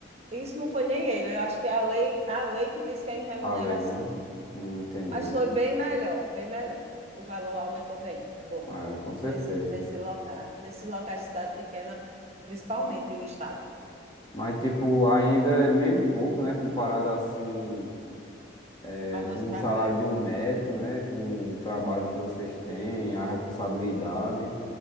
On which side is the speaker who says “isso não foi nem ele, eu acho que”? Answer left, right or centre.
Right